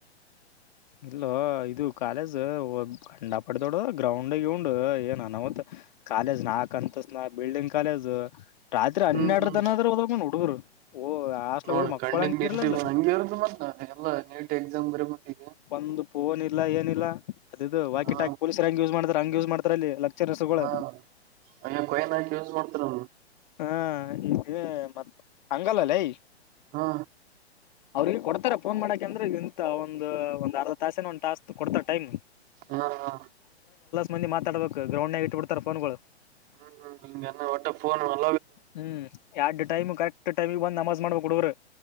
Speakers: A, on the left; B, on the right.
A: ಇಲ್ಲ ಇದು ಕಾಲೇಜ್ ಗಂಡ ಪಡದೊಡ ಗ್ರೌಂಡ್ಗ ಉಂಡ್ ಏನ್ ಅನವತ್ ಕಾಲೇಜ್ ನಾಕಕ್ ಅಂತ ನಾಲ್ಕು ಬಿಲ್ಡಿಂಗ್ ಕಾಲೇಜ್ ರಾತ್ರಿ ಹನ್ನೆರಡು
B: ಹ್ಮ್ ಹ್ಮ್
A: ತನದ್ರ ಹದನ್ ಹುಡುಗರು ಓ ಹಾಸ್ಟೆಲ್
B: ನೋಡ
A: ಹೋಗಿ ಮಕ್ಕೊಳಂಗಿರ್ಲಿಲ್ಲ
B: ಕಣ್ಣಗ್ ನಿಿದ್ದ್ದಿವವ ಹಂಗಗೆ ಇರದು ಮತ್ತ ಎಲ್ಲಾ ನೀಟ್ ಎಕ್ಸಾಮ್ ಬರ ಮತ್ತಿಗೆ
A: ಒಂದು ೋನ್ ಇಲ್ಲ ಏನಿಲ್ಲ ಅದು ಇದು ವಾಕಿಟಾಕ
B: ಹಾ
A: ಪೊಲೀಸರ್ ಹೆಂಗ ಯೂಸ್ ಮಾಡತಾರ ಹಂಗ ಯೂಸ್ ಮಾಡ್ತಾರೆ ಅಲ್ಲಿ ಲಕ್ರ್ ರಸಗಳು
B: ಹಾ ಅಯ್ಯ ಕೊಯನ್ ಹಾಕಿ ಯೂಸ್ ಮಾಡ್ತಾರ
A: ಹಾ ಈ ಮ ಹಂಗಲ್ಲ್ಲೇ
B: ಹಾ
A: ಅವ್ರಿಗೆ ಕೊಡ್ತಾರ ಫೋನ್ ಮಾಡಾಕ ಅಂದ್ರೆ ಇಂತ ಒಂದ ಒಂದ್ ಅರ್ಧ ತಾಸೇನ ಒಂದಂದು ಟಾಸ್ಕ್ ಕೊಡ್ತಾರೆ ಟೈಮ್
B: ಹಾ ಹಾ
A: ಮಂದ ಮಾತಾಡಬೇಕು ಗ್ರೌ ನಾಗ ಇಟ್ ಬಿಡ್ತಾರೆ ಫೋನ್ಗಳು
B: ಹ್ಮ್ ಹ್ಮ ಹಂಗ ಒಟ್ಟ ಫೋನ್ ಮಾಡ
A: ಹ್ಮ್ ಯಡ್ ಟೈಮ್ ಕರೆಕ್ಟ್ ಟೈಮಿಗೆ ಬಂದ್ ನಮಾಜ್ ಮಾಡ್ಬೇಕಕ್ ಕುಡ್ರ